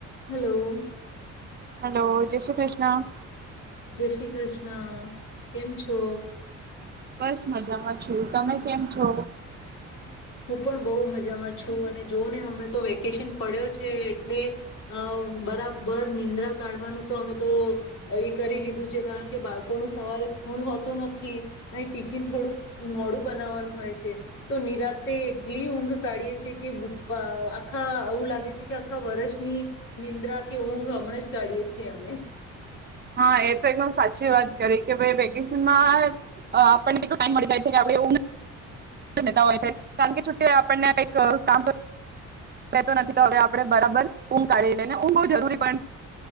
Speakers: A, on the left (about 80°); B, on the right (about 35°).
A: <inaudible> Hello.
B: Hello, જય શ્રી કૃષ્ણ.
A: જય શ્રી કૃષ્ણ. કેમ છો?
B: બસ મજામાં છું. તમે કેમ છો?
A: હું પણ બહુ મજામાં છું અને જો ને હમ તો વેકેશન પડ્યો છે એટલે અહ બરાબર નિંદ્રા કાઢવાનું તો હવે તો એ કરી લીધું છે કારણ કે બાળકોનું સવારે સ્કૂલ હોતો નથી અને ટિફિન થોડુંક મોડું બનાવવાનું હોય છે તો નિરાંત તે એટલી ઊંઘ કાઢીએ છે કે ભૂ આખા આવું લાગે છે કે આખા વર્ષની નિંદ્રા કે ઊંઘ હમણાં જ કાઢીએ છીએ અમે.
B: હા એ તો એકદમ સાચી વાત કરી કે ભાઈ વેકેશન માં આપણને એટલો ટાઈમ મળી જાય છે કે આપણી ઊંઘ લેતાં હોય છે કારણ કે છુટ્ટીઓએ આપણને કંઈક કામ કર કરતો નથી તો હવે આપણે બરાબર ઊંઘ કાઢી લઈ ઊંઘ બહ જરૂરી પણ